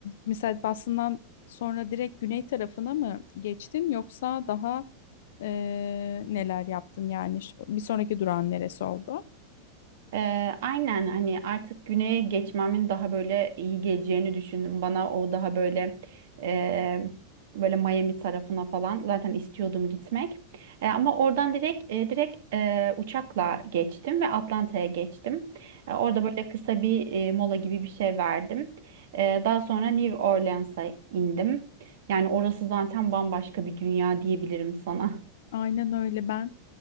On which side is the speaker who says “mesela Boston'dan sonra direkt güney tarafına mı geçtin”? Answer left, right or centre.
Left